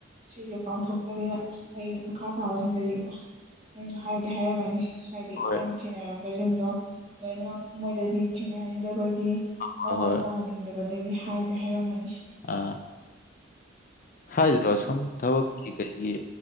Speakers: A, on the right (about 35°); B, on the left (about 45°).
A: ꯁꯤꯁꯦ ꯀꯥꯎꯊꯣꯛꯇꯕꯤꯗ ꯑꯩ ꯃꯈꯥ ꯊꯥꯕꯁꯤꯡꯗꯗꯤꯀꯣ ꯅꯪꯁꯨ ꯍꯥꯏꯕꯗꯤ ꯍꯥꯏꯔꯝꯃꯅꯤ ꯍꯥꯏꯗꯤ
B: ꯍꯣꯏ
A: ꯅꯪ ꯊꯦꯡꯅꯔꯛꯄꯁꯤꯡꯗꯣ ꯂꯣꯏꯅꯃꯛ ꯃꯣꯏꯗꯗꯤ ꯊꯦꯡꯅꯍꯟꯅꯤꯡꯗꯕꯒꯤ
B: ꯍꯣꯏ
A: ꯑꯋꯥꯕ
B: ꯍꯣꯏ
A: ꯇꯥꯍꯟꯅꯤꯡ <unintelligible> ꯗꯒꯤ ꯍꯥꯏꯕꯗꯤ ꯍꯥꯏꯔꯝꯃꯅꯤ
B: ꯑꯥ ꯍꯥꯏꯗ꯭ꯔꯣ ꯁꯨꯝ ꯊꯕꯛꯀꯤ ꯀꯩꯒꯤ